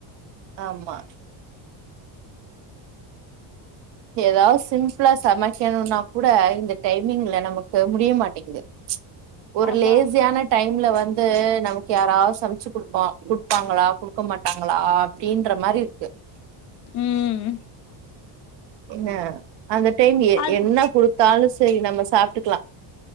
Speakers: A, on the right; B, on the left.
A: ஆமா ஏதா சிம்பிளா சமைக்கணுனா கூட இந்த டைமிங்க்ல நமக்கு முடிய மாட்டேங்குது ஒரு
B: ஆமா
A: லேசியான டைம்ல வந்து நமக்கு யாரா சமச்சு குடுப்பா குடுப்பாங்களா குடுக்க மாட்டாங்களா அப்டின்ற மாரி இருக்கு
B: ம்
A: என்ன அந்த டைம் எ
B: அது
A: என்ன குடுத்தாலு செரி நம்ம சாப்டுக்குலா